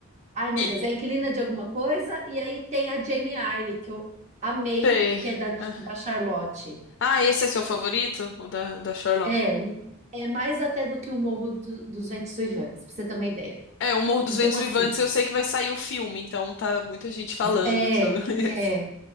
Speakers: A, on the right; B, on the left.
A: Ai, meu
B: E
A: Deus, é a inquilina de alguma coisa. E aí tem a Jane Eyre, que eu amei,
B: sei.
A: que é da,
B: É.
A: da Charlotte.
B: Ah, esse é seu favorito? O da, da Charlotte?
A: É, um- é mais até do que o Morro do- dos Ventos Uivantes, pra você ter uma ideia.
B: É, O Morro dos
A: Então,
B: Ventos
A: assim,
B: Vivantes, eu sei que vai sair o filme, então tá muita gente falando
A: É,
B: sobre <laughs>
A: é.
B: esse.